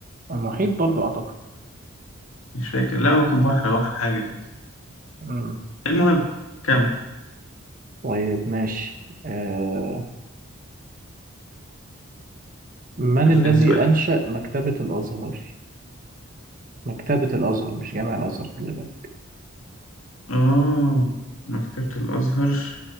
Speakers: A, on the right (about 40°); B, on the left (about 70°).
A: المحيط برضو اعتقد
B: مش فاكر لا هو كان بحر او حاجة كده
A: مم.
B: المهم كمل
A: طيب ماشي آه من
B: شوف
A: الذي
B: لنا سؤال لذيذ.
A: أنشأ مكتبة الأزهر؟ مكتبة الأزهر مش جامع الأزهر خلي بالك
B: اه مكتبة الازهر